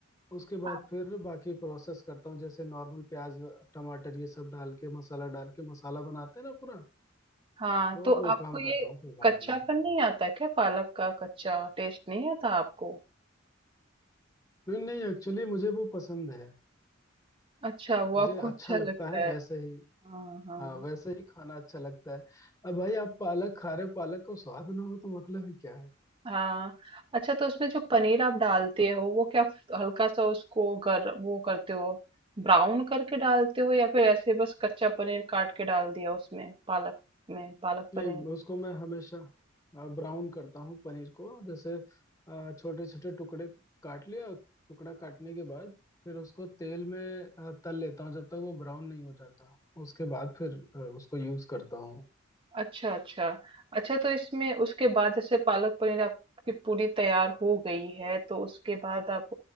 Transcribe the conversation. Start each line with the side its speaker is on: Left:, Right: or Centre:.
Left: उसके बाद
Right: आप-
Left: फिर बाकी प्रोसेस करता हूँ जैसे नॉर्मल प्याज टमाटर ये सब डाल के मसाला डाल के मसाला बनाते हैं ना पूरा
Right: हाँ
Left: तो
Right: तो
Left: वो
Right: आपको
Left: काम
Right: ये
Left: करता हूँ फिर बाद
Right: कच्चापन
Left: में
Right: नहीं आता क्या पालक का कच्चा टेस्ट नहीं आता आपको
Left: नहीं नहीं एक्चुअली मुझे वो पसंद है
Right: अच्छा वो
Left: मुझे
Right: आपको
Left: अच्छा
Right: अच्छा
Left: लगता
Right: लगता
Left: है वैसे
Right: है
Left: ही
Right: हाँ हाँ
Left: हाँ वैसे ही खाना अच्छा लगता है अब भाई आप पालक खा रहे हो पालक को स्वाद ना हो तो मतलब ही क्या
Right: हाँ अच्छा तो उसमें जो पनीर आप डालते हो वो क्या हल्का सा उसको गर वो करते हो ब्राउन करके डालते हो या फिर ऐसे बस कच्चा पनीर काट के डाल दिया उसमें पालक में पालक पनीर
Left: नहीं उसको मैं हमेशा ब्राउन करता हूँ पनीर को जैसे छोटे छोटे टुकड़े काट लिया टुकड़ा काटने के बाद फिर उसको तेल में अ, तल लेता हूँ जब तक वो ब्राउन नहीं हो जाता उसके बाद फिर अ, उसको यूज करता हूँ
Right: अच्छा अच्छा अच्छा तो इसमें उसके बाद जैसे पालक पनीर आपकी पूरी तैयार हो गई है तो उसके बाद आप